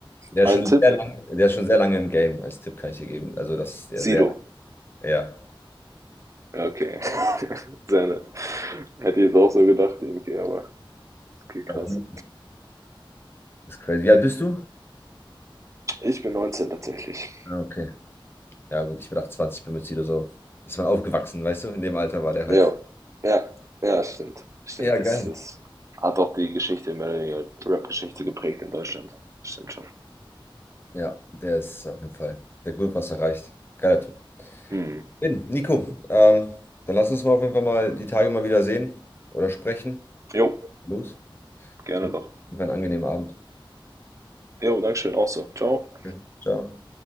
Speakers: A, on the left; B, on the right.
A: Der
B: Ein
A: ist schon
B: Tipp.
A: sehr lang, der ist schon sehr lange im Game. Als Tipp kann ich dir geben. Also, das ist der
B: Sido.
A: sehr, ja.
B: Okay. <laughs> Sehr nett. Hätte ich jetzt auch so gedacht irgendwie, aber okay, krass.
A: Ja, Das ist crazy. Wie alt bist du?
B: Ich bin 19 tatsächlich.
A: Ah, Okay. Ja, gut, ich bin 28, bin mit Sido so. Ist man aufgewachsen, weißt du? In dem Alter war der halt.
B: Ja, ja, ja, stimmt. Stimmt,
A: Ja, geil.
B: das ist, hat auch die Geschichte, mehr oder weniger Rap-Geschichte geprägt in Deutschland. Stimmt schon.
A: Ja, der ist auf jeden Fall. Der hat gut was erreicht. Geiler Typ.
B: Hm.
A: Bin, Nico, ähm, dann lass uns mal auf jeden Fall mal die Tage mal wieder sehen oder sprechen.
B: Jo,
A: Los.
B: gerne
A: Wünsche
B: doch.
A: dir Einen angenehmen Abend.
B: Jo, Dankeschön, auch so. Ciao.
A: Okay. Ciao.